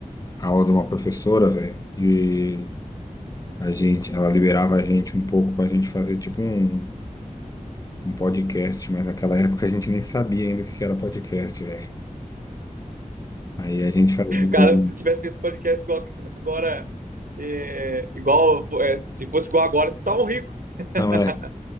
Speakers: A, on the left (about 25°); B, on the right (about 80°).
A: a aula de uma professora, velho, e a gente, ela liberava a gente um pouco pra gente fazer tipo um, um podcast, mas naquela época a gente nem sabia ainda o que que era podcast, velho. Aí a gente fazia,
B: Cara, se tivesse feito podcast igual agora, é, igual, é, se fosse igual agora, vocês estavam ricos. <laughs>
A: não é,